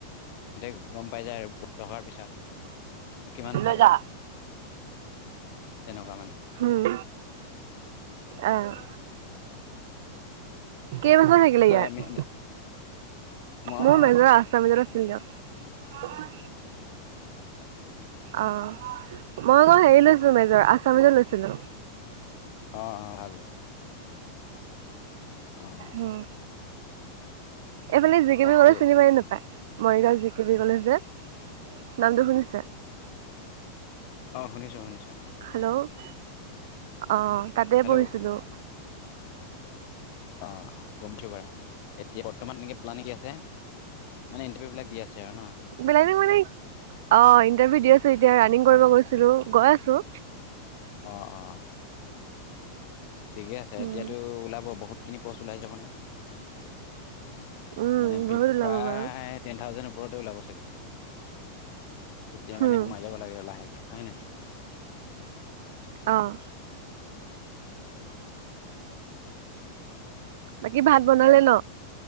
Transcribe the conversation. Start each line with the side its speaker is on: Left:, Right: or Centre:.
Left: সতে গম পাই যায় আৰু পুকত্ত হোৱাৰ পিছত কিমান ভাল
Right: লৈ যা
Left: হয় তেনেকুৱা মানে
Right: উম অ'। কেইবছৰ থাকিলে
Left: এতিয়া
Right: ইয়াত
Left: আমি মই
Right: মোৰ মেজৰ আছামিছত আছিলে। হল অ' মই আকৌ হেৰি লৈছোঁ মেজৰ। আছামিজত লৈছিলোঁ।
Left: অঁ অঁ ভাল অঁ।
Right: উম এইফালে যিকিবি
Left: তাকে
Right: গলে চিনি পায় নে নাপায় Morigaon G K B college যে নামটো শুনিছে।
Left: অঁ শুনিছো শুনিছো।
Right: হেল্ল', ! অ' তাতে
Left: হেল্ল'
Right: পঢ়িছিলোঁ।
Left: অঁ গমছ বাৰু এতিয়া বৰ্তমান এনেকে প্লেন কি আছে মে ইটাৰভিউ বিলাক দি আছে আৰু ন?
Right: বিলানী মানে। অ' ইণ্টাৰভিউ দি আছোঁ। এতিয়া ৰানি‍ং কৰিব গৈছিলোঁ। গৈ আছোঁ।
Left: অ' - অ'। ঠিকে আছে।
Right: উম
Left: এতিয়াতো ওলাব বহুতখিনি পষ্ট ওলাই যাবনে।
Right: উম
Left: মানে
Right: বহুত ওলাব
Left: প্ৰায়
Right: বাৰু
Left: টেন থাউজেণ্ড ওপৰতে ওলাব চাগে। তেতিয়া
Right: হম
Left: মানে সোমাই যাব লাগে লাহেকে, হয় নহয়?
Right: আহঁ। বাকী ভাত বনালে ন।